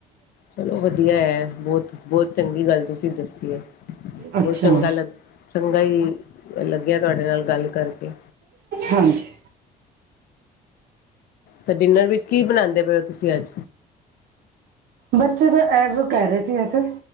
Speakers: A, on the left; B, on the right.
A: ਚਲੋ ਵਧੀਆ ਹੈ, ਬਹੁਤ ਬਹੁਤ ਚੰਗੀ ਗੱਲ ਤੁਸੀਂ ਦੱਸੀ ਹੈ
B: ਅੱਛਾ
A: ਬਹੁਤ ਚੰਗਾ ਲੱਗਾ। ਚੰਗਾ ਹੀ ਲੱਗਿਆ ਤੁਹਾਡੇ ਨਾਲ ਗੱਲ ਕਰਕੇ।
B: ਹਾਂਜੀ।
A: ਤੇ ਡਿਨਰ ਵਿੱਚ ਕੀ ਬਣਾਦੇ ਪਏ ਔ ਤੁਸੀਂ ਅੱਜ?
B: ਬੱਚੇ ਤਾਂ ਐਗ ਕਹਿ ਰਹੇ ਸੀ, ਵੈਸੇ